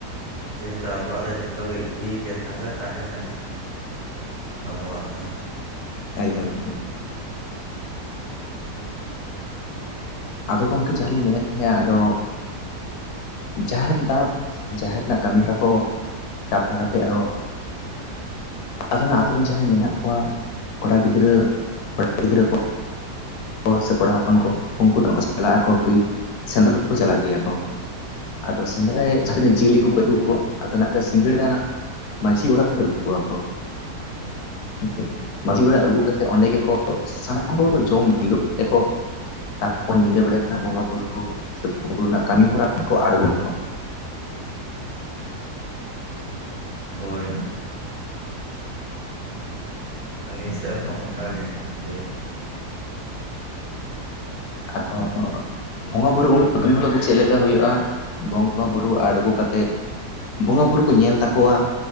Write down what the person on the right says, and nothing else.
ᱡᱮᱦᱮᱛᱩ ᱟᱵᱚᱣᱟᱜ ᱫᱚ ᱡᱷᱚᱛᱚ ᱜᱮ ᱮᱠᱤ ᱜᱮᱭᱟ ᱛᱟᱦᱚᱞᱮ ᱛᱟᱦᱮᱱᱟ᱾ ᱟᱵᱚᱣᱟᱜ ᱫᱚ
ᱦᱳᱭ
ᱦᱳᱭ ᱟᱹᱞᱤᱧ ᱥᱮᱫ ᱦᱚᱸ ᱚᱱᱠᱟ ᱜᱮ ᱦᱩᱭᱩᱜ᱾